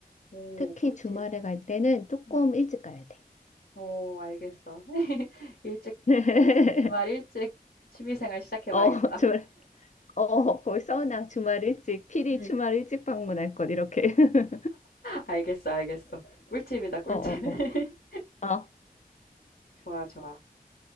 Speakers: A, on the left; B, on the left.
A: 오,
B: 특히
A: 꿀팁.
B: 주말에 갈 때는 조금
A: 응.
B: 일찍 가야 돼.
A: 어 알겠어. <laughs> 일찍
B: <laughs>
A: 주 주말 일찍 취미 생활 시작해
B: 어,
A: 봐야겠다.
B: 주말. 어, 거기 써놔. 주말 일찍. 필히
A: 응.
B: 주말 일찍 방문할 것. 이렇게. <laughs>
A: 알겠어, 알겠어. 꿀팁이다, 꿀팁.
B: 어, 어,
A: <laughs>
B: 어. 어.
A: 좋아, 좋아.